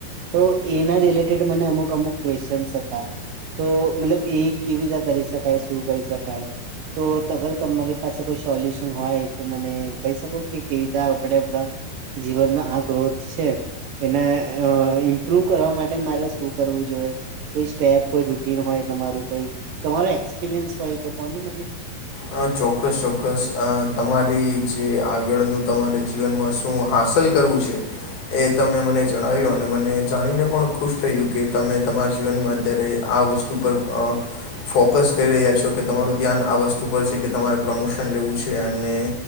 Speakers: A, on the right; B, on the left.
A: તો એના રિલેટેડ મને અમુક અમુક ક્વેશ્ચન્સ હતા. તો મતલબ એ કેવી રીતે કરી શકાય, શું કરી શકાય તો તગર તમારી પાસે કોઈ સોલ્યુશન હોય તો મને કહી શકો કે કેધા આપડે આપડા જીવનનો આ ગ્રોથ છે. એને ઇમ્પ્રુવ કરવા માટે મારે શું કરવું જોઈએ. કોઈ સ્ટેપ કોઈ રૂટીન હોય તમારું કોઈ તમારો એક્સપિરિયન્સ હોય તો કો ને મને
B: હા, ચોક્કસ ચોક્કસ અ તમારી જે આગળનું તમારે જીવનમાં શું શું હાંસલ કરવું છે. કે તમે મને જણાવ્યું અને મને જાણીને પણ ખુશ થયું કે તમે તમારા જીવનમાં અત્યારે આ વસ્તુ પર ફોકસ કરી રહ્યા છો કે તમારું ધ્યાન આ વસ્તુ કે તમારે પ્રમોશન લેવું છે, અને